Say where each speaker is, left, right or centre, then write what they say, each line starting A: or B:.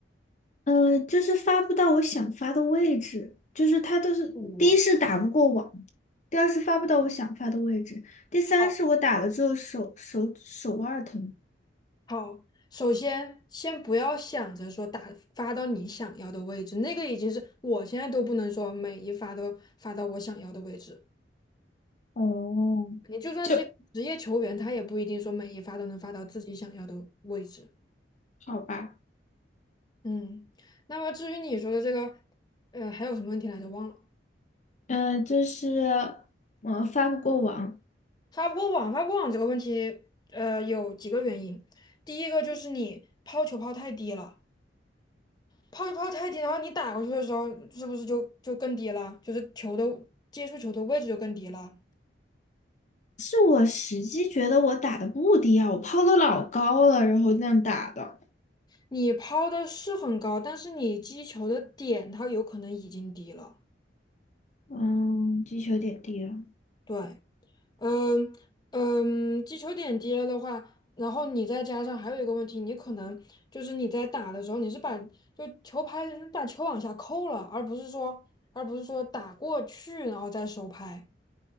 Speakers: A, on the left (about 45°); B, on the left (about 25°).
A: 呃，就是发不到我想发的位置，就是它都是，
B: 我
A: 第一是打不过网，第二是发不到我想发的位置，第三是我打了之后手手手腕儿疼。
B: 好，好，首先先不要想着说打发到你想要的位置，那个已经是我现在都不能说每一发都发到我想要的位置。
A: 哦，
B: 你就算是一个职业球员，
A: 就
B: 他也不一定说每一发都能发到自己想要的位置。
A: 好吧，
B: 嗯，那么至于你说的这个，呃，还有什么问题来着？忘了。
A: 呃，就是我发不过网，
B: 发不过网发不过网这个问题，呃，有几个原因。第一个就是你抛球抛太低了，抛球抛太低，的话，你打过去的时候，是不是就就更低了？就是球的接触球的位置就更低了。
A: 是我实际觉得我打的不低啊，我抛的老高了，然后这样打的，
B: 你抛的是很高，但是你击球的点它有可能已经低了。
A: 嗯，击球点低了，
B: 对。嗯嗯，击球点低了的话，然后你再加上还有一个问题，你可能就是你在打的时候，你是把就球拍你把球往下扣了，而不是说而不是说打过去然后再收拍，